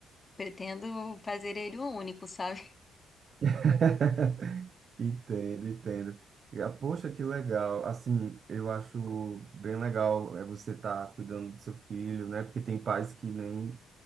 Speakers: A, on the left; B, on the right.
A: pretendo fazer ele um único, sabe? <laughs>
B: <laughs> Entendo, entendo. E, ah, Poxa, que legal. Assim, eu acho bem legal é você estar cuidando do seu filho, né? Porque tem pais que nem